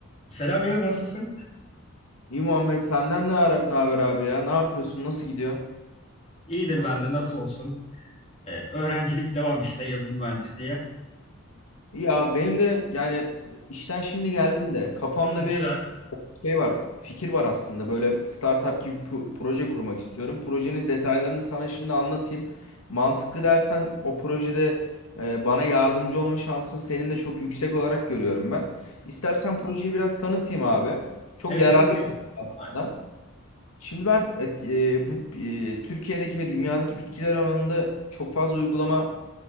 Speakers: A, on the left (about 25°); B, on the left (about 80°).
A: Selam Yağız nasılsın?
B: İyi Muhammed senden ne, ara- ne haber abi ya? Ne yapıyorsun? Nasıl gidiyor?
A: İyidir ben de nasıl olsun? Ee, öğrencilik devam işte yazılım mühendisliği.
B: İyi Ya benim de yani işten şimdi geldim de kafamda
A: Hı,
B: bir
A: güzel.
B: şey var, fikir var aslında. Böyle startup gibi pu- proje kurmak istiyorum. Projenin detaylarını sana şimdi anlatayım. Mantıklı dersen o projede e, bana yardımcı olma şansın senin de çok yüksek olarak görüyorum ben. İstersen projeyi biraz tanıtayım abi. Çok
A: Evet
B: yararlı
A: çok iyi olur.
B: aslında.
A: Ay-
B: Şimdi ben et- e, bu e, Türkiye'deki ve dünyadaki bitkiler alanında çok fazla uygulama